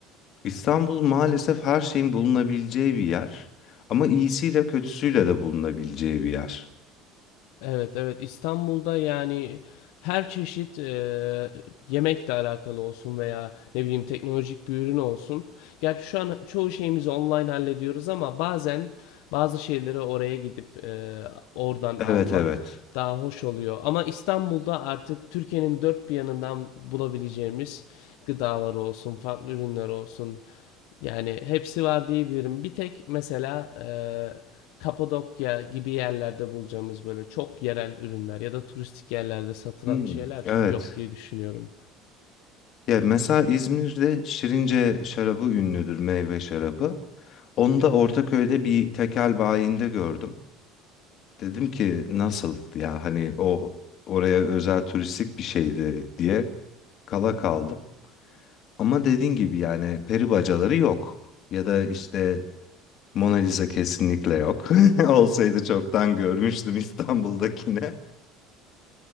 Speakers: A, on the left; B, on the left.
A: İstanbul maalesef her şeyin bulunabileceği bir yer ama iyisiyle kötüsüyle de bulunabileceği bir yer.
B: Evet, evet. İstanbul'da yani her çeşit eee, yemekle alakalı olsun veya ne bileyim teknolojik bir ürün olsun. Gerçi şu an çoğu şeyimizi online hallediyoruz ama bazen bazı şeyleri oraya gidip eee, oradan almak
A: Evet evet.
B: daha hoş oluyor. Ama İstanbul'da artık Türkiye'nin dört bir yanından bulabileceğimiz gıdalar olsun, farklı ürünler olsun, yani hepsi var diyebilirim. Bir tek mesela e, Kapadokya gibi yerlerde bulacağımız böyle çok yerel ürünler ya da turistik yerlerde satılan
A: Hmm,
B: şeyler
A: evet.
B: yok diye düşünüyorum.
A: Ya mesela İzmir'de Şirince şarabı ünlüdür, meyve şarabı. Onu da Ortaköy'de bir tekel bayinde gördüm. Dedim ki nasıl ya hani o oraya özel turistik bir şeydi diye kala kaldım. Ama dediğin gibi yani peri bacaları yok. Ya da işte Mona Lisa kesinlikle yok. <laughs> Olsaydı çoktan görmüştüm İstanbul'dakine.